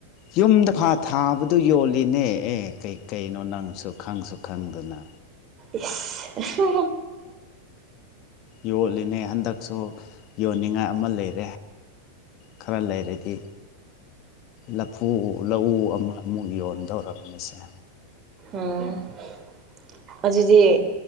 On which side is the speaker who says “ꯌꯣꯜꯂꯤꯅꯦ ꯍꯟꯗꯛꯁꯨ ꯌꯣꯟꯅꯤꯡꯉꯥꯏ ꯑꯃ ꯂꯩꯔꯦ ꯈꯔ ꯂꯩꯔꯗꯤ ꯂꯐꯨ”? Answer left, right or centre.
Left